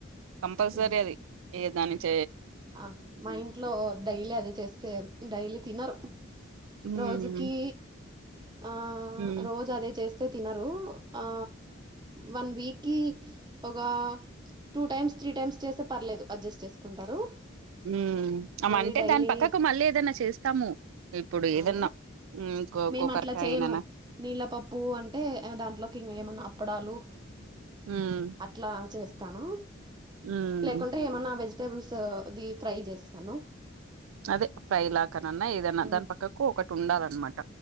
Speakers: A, on the right; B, on the right.
A: కంపల్సరీ
B: ఉమ్
A: అది ఇ దానించ
B: ఆ మా ఇంట్లో డైలీ అది చేస్తే డైలీ తినరు
A: ఉమ్
B: రోజుకి ఆ
A: ఉమ్
B: రోజు అదే చేస్త తినరు ఆ వన్ వీక్ కి ఒక టూ టైమ్స్ త్రీ టైమ్స్ చేసే పర్లేదు అడ్జస్ట్ చేసుకుంటారు
A: హ్మ్
B: మళ్ళీ
A: అంటే
B: డైలీ
A: దాని పక్కకు మళ్ళీ ఏదన్నా చేస్తాము ఇప్పుడు
B: అవునా
A: ఏదన్నా ఉమ్ గో
B: మేము
A: గోకరకాయననా
B: అట్లా చేయము నీళ్ళపప్పు అంటే దాంట్లోకి ఇంకా ఏమన్నా అప్పడాలు
A: ఉమ్
B: అట్లా చేస్తాను
A: ఉమ్
B: లేకుంటే ఏమన్నా వెజిటబుల్స్ ది ఫ్రై చేస్తాను
A: అదే ఫైలాకనన్నా ఏదన్నా
B: మ్మ్
A: దాని పక్కకు ఒకటి ఉండాలి అన్నమాట